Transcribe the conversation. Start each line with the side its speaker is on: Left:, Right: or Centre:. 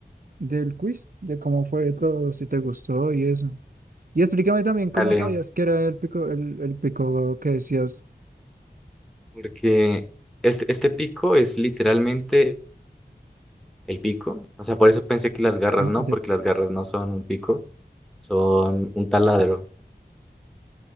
Right: del quiz, de cómo fue todo, si te gustó y eso. Y explícame también
Centre: Dale.
Right: cómo sabías que era el pico, el, el pico que decías.
Centre: Porque este, este pico es literalmente... el pico. O sea, por eso pensé que las garras
Right: Ah,
Centre: no,
Right: de...
Centre: porque las garras no son un pico, son un taladro.